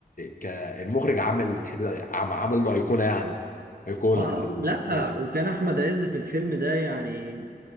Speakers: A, on the left; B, on the right.
A: كالمخرج عمل حتة- عم- عمل له أيقونة يعني أيقونة
B: اه
A: في الفيلم
B: لا وكان احمد عز في الفيلم ده يعني